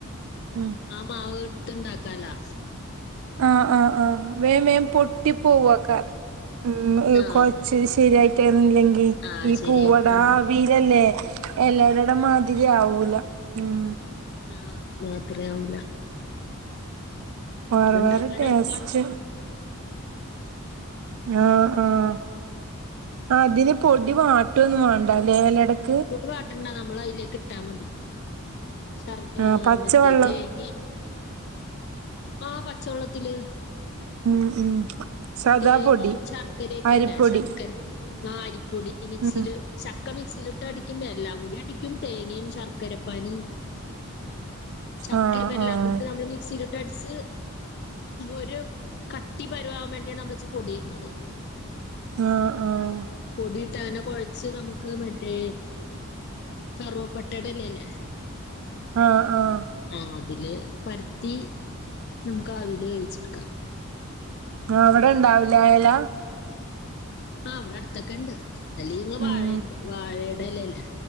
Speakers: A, on the right (about 75°); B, on the left (about 50°).
A: ആഹ്
B: ആഹ് മാവ് എടുത്ത് ഉണ്ടാക്കാലാ
A: ആഹ് ആഹ് ആഹ് വേഗം വേഗം പൊട്ടി പോവാക്കാർ ഉം
B: ആഹ്
A: കൊഴച്ച് ശരിയായിട്ടുന്നില്ലെങ്കി
B: ആഹ്
A: ഈ
B: ശരിയായിട്ട്
A: പൂവട ആവിയിൽ അല്ലേ എലയടയുടെ
B: ആഹ്
A: മാതിരി ആവൂല ഉം
B: ആഹ് അത്ര ആവൂല
A: വേറെ
B: ഇത്ണ്ടാക്കാൻ
A: വേറെ ടേസ്റ്റ്
B: എളുപ്പാണ്
A: ആഹ് ആഹ് അതിന് പൊടി വാട്ടുവൊന്നും വേണ്ടല്ലേ ഇല അടക്ക്
B: പൊടി വാട്ടണ്ട നമ്മൾ അതിലേക്ക് ഇട്ടാ മതി ശർ
A: ആഹ് പച്ചവെള്ളം
B: മറ്റേ തേങ്ങയും ആഹ് പച്ചവെള്ളത്തില്
A: ഉം ഉം സാദാ
B: തേങ്ങയും
A: പൊടി
B: ശർക്കരൊക്കെ
A: അരിപ്പൊടി
B: ഇല്ലേ ശർക്കര അപ്പൊ അരിപ്പൊടി മിക്സിയില്
A: ഉം
B: ഒക്കെ മിക്സിയിലിട്ട് അടിക്കുമ്പോ എല്ലാം കൂടി അടിക്കും തേങ്ങയും ശർക്കരപ്പാനിയും ചക്കയും
A: ആഹ്
B: എല്ലാം
A: ആഹ് ആഹ്
B: കൂടിയിട്ട് നമ്മള് മി ക്സിയിൽ ഇട്ട് അടിച്ച് ഒരു കട്ടി പരുവാവാൻ വേണ്ടി യാണ് നമ്മൾ ഇച്ചിരി പൊടിയിടുന്നത്
A: ആഹ് ആഹ്
B: പൊടിയിട്ട് അങ്ങനെ കുഴച്ച് നമുക്ക് മറ്റേ കറുവപ്പട്ടയുടെ ഇലയില്ലേ
A: ആഹ് ആഹ്
B: ആഹ് അതില് പരത്തി നമുക്ക് ആവിൽ വേവിച്ചെടുക്കാം
A: ആഹ് അവിടെ ഉണ്ടാവില്ല അയല
B: ആഹ് അവിടെ അടുത്തൊക്കെയുണ്ട് അല്ലേ ഞങ്ങള്
A: ഉം
B: വാഴേന്റെ വാഴയുടെ എലയില്ലേ